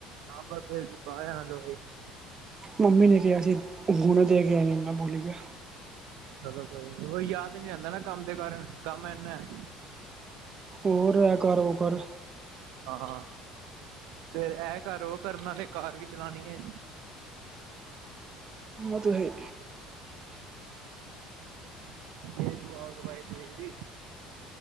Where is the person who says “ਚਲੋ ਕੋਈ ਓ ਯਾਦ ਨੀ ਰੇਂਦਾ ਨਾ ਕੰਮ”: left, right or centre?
Right